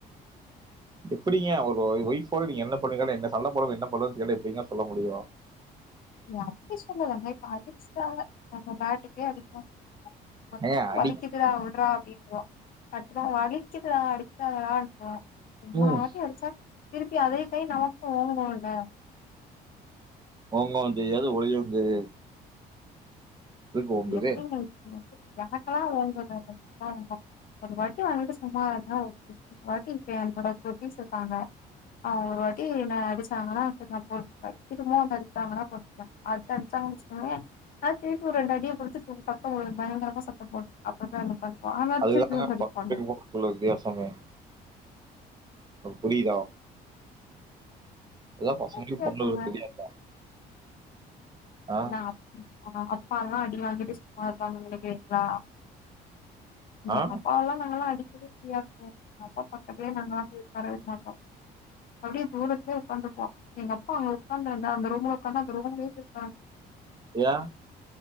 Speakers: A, on the right; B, on the left.
A: எப்பிடீங்க ஒரு ஒய்ஃப் ஓட நீங்க என்ன பண்ணுவீங்க சண்ட போடாம நீங்க என்ன பண்ணுவீங்கனு கேட்டா எப்டீங்க சொல்ல முடியு
B: நா அப்டி சொல்லலங்க இப்ப அடிச்டாங்க நம்ம பாட்டு <inaudible> ஒரு
A: ஏங்க
B: டைம்
A: அடி
B: வலிக்குது உடுறா விட்றா அப்டின்னுவோ அடுத்ததட வலிக்குதுடா அடிக்காதடா ன்னுவோ மூணாவ்து
A: ம்
B: வாட்டி அடிச்சா திருப்பி அதே கை நமக்கூ ஓங்கூல்ல
A: ஓங்கவு செய்யாது ஒளியவு செய்யாது இருக்கு உங்குது
B: <unintelligible> எனக்கெல்லா ஓங்குங்க <unintelligible> ஒரு வாட்டி வாங்கிட்டு சும்மா இருந்தா ஒரு வாட்டி இருப்ப என்னோட குட்டீஸ் இருக்காங்க அவ்ங்க ஒரு வாட்டி என்ன அடிச்சாங்கன்னா சரி நா பொருத்துப்ப திரும்ப வந்து அடிச்சாங்கன்னா பொருத்துப்ப அ து அடிச்சாங்கன் வச்சிகோய நா திருப்பி ரெண்டு அடிய குடுத்துட்டு சத்தம் போ பயங்கரமா சத்தம் போடுவ அப்பதா <unintelligible>
A: அதுதாங்க
B: திருப்பி வந்து அடிப்பாங்க
A: பையனுக்கூ பொண்ணுங்களுக்கூ உள்ள வித்தியாசமே இப்ப புரியிதா அதா
B: என்ன
A: பசங்களுக்கு
B: வித்தியாசங்க
A: பொண்ணுங்களுக்கூ வித்தியாசோ ஆ
B: நா அப் அப்பால்லா அடி வாங்கிட்டு சும்மா இருக்காங்கனு நெனக்றீங்ளா எங்க
A: ஆ
B: அப்பாவல்லா நாங்கல்லா அடிச்சதே கெடயாதுங்க எங்க அப்பா பக்கத்தே நாங்கல்லா போய் உக்காரவே மாட்டோ அப்டியே தூரத்லே உக்காந்துப்போ எங்க அப்பா அங்க உக்காந்துருந்தா அந்த ரூம்ல உக்காந்தா அந்த ரூம்லே <unintelligible> <unintelligible>
A: ஏன்